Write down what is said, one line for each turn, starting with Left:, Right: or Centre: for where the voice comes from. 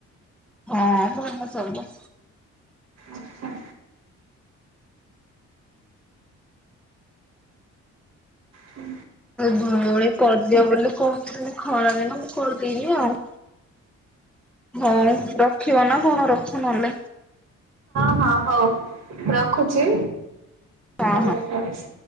Centre: ହଁ, ଭଲ ସବୁ।
Right: ଆଚ୍ଛା। ହୁଁ
Centre: ମୋ ଭଉଣୀ କରିଦିଅ ବୋଲି କହୁଥିଲି, ଖରାରେ ମୁଁ କଲିନି ଆଉ। ହଉ, ରଖିବ ନା କଣ? ରଖ, ନ ହଲେ।
Right: ହଁ ହଁ, ରଖୁଛି।
Centre: ହଁ
Right: ରହୁଛି।
Centre: ହଁ।